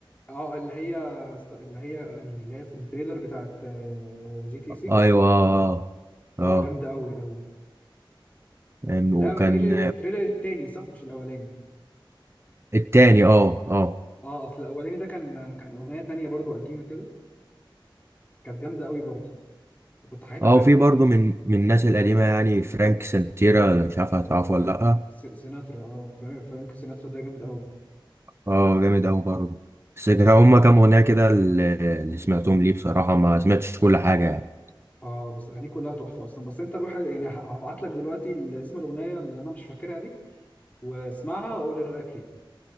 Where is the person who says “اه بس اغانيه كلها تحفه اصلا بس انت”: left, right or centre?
Left